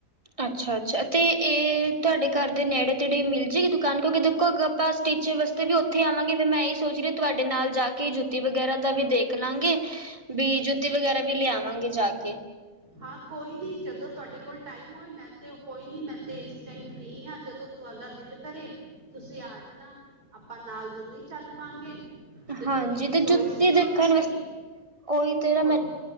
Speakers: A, on the right; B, on the right.
A: ਅੱਛਾ-ਅੱਛਾ ਤੇ ਇਹ ਤੁਹਾਡੇ ਘਰ ਦੇ ਨੇੜੇ ਤੇੜੇ ਮਿਲ ਜਾਏਗੀ ਕਨਕ ਕਿਉਂਕਿ ਦੇਖੋ ਆਪਾਂ ਸਟੀਚਰ ਵਾਸਤੇ ਵੀ ਉੱਥੇ ਆਵਾਂਗੇ ਤੇ ਮੈਂ ਇਸ ਸੋਚ ਰਹੀ ਤੁਹਾਡੇ ਨਾਲ ਜਾ ਕੇ ਜੁੱਤੀ ਵਗੈਰਾ ਦਾ ਵੀ ਦੇਖ ਲਾਂਗੇ ਵੀ ਜੁੱਤੀ ਵਗੈਰਾ ਵੀ ਲਿਆਵਾਂਗੇ ਜਾ ਕੇ
B: ਹਾਂ ਕੋਈ ਨੀ ਜਦੋਂ ਤੁਹਾਡੇ ਕੋਲ ਟਾਈਮ ਹੋਵੇ ਮੈਂ ਤੇ ਕੋਈ ਨੀ ਮੈਂ ਤੇ ਇਸ ਟਾਈਮ ਫ੍ਰਰੀ ਹਾਂ ਜਦੋਂ ਤੁਹਾਡਾ ਦਿਲ ਕਰੇ ਤੁਸੀਂ ਆ ਜਾਣਾ ਆਪਾਂ ਨਾਲ ਦੋਨੋ ਹੀ ਚੱਲ ਪਾਂਗੇ ਤੇ
A: ਹਾਂਜੀ
B: ਥੋੜੀ ਜੀ
A: ਤੇ
B: ਚੋਇਸ
A: ਜੁੱਤੀ
B: ਵੀ ਹੋ
A: ਦੇਖਣ
B: ਜਾਏਗੀ
A: ਵਸ ਉਹੀ ਤੇਰਾ
B: ਥੋੜੀ
A: ਮੈਂ